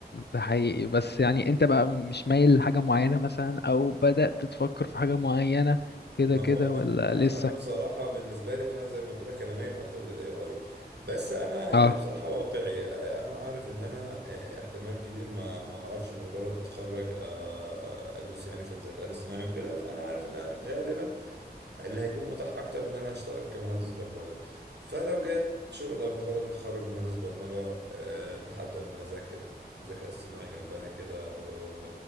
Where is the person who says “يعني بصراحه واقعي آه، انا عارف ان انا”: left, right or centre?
Right